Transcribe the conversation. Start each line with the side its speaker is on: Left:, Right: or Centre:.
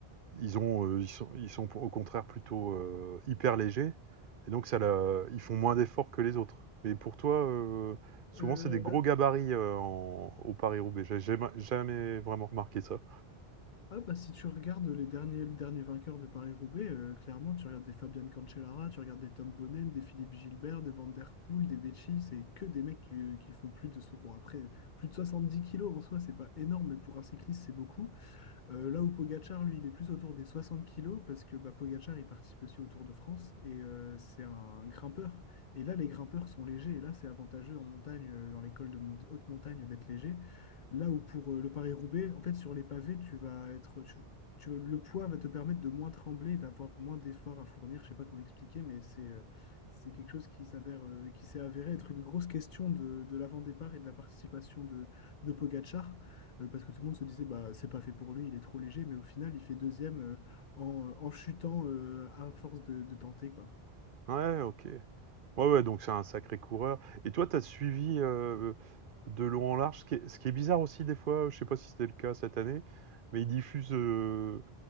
Right: Ils ont, heu, ils sont ils sont au contraire plutôt, heu, hyper légers et donc ça le ils font moins d'efforts que les autres. Et pour toi, heu, souvent
Left: Euh,
Right: c'est des gros
Left: bah,
Right: gabarits, heu, en au Paris-Roubaix. J'ai jamais jamais vraiment remarqué ça.
Left: ah, bah, si tu regardes les derniers, le dernier vainqueur de Paris-Roubaix, euh, clairement, tu regardes des Fabian Cancellara, tu regardes des Tom Bonnen, des Philippe Gilbert, des Van Der Poel, des Vecchi, c'est que des mecs qui, euh, qui font plus de, so- bon, après, plus de 70 kilos en soi, c'est pas énorme, mais pour un cycliste, c'est beaucoup. Euh, là où Pogacar, lui, il est plus autour des 60 kilos parce que bah, Pogacar, il participe aussi au Tour de France et euh, c'est un grimpeur. Et là, les grimpeurs sont légers et là, c'est avantageux en montagne, euh, dans les cols de monta- haute montagne, d'être léger. Là où pour euh, le Paris-Roubaix, en fait, sur les pavés, tu vas être, tu- tu- le poids va te permettre de moins trembler, d'avoir moins d'efforts à fournir. Je sais pas comment expliquer, mais c'est euh, c'est quelque chose qui s'avère, euh, qui s'est avéré être une grosse question de, de l'avant-départ et de la participation de, de Pogacar. Euh, parce que tout le monde se disait, bah, c'est pas fait pour lui, il est trop léger, mais au final, il fait deuxième euh, en, en chutant euh, à force de, de tenter, quoi.
Right: Ouais, OK. Ouais, ouais, donc c'est un sacré coureur et toi, t'as suivi, heu, de long en large, ce qui est ce qui est bizarre aussi des fois, je sais pas si c'était le cas cette année, mais ils diffusent, heu,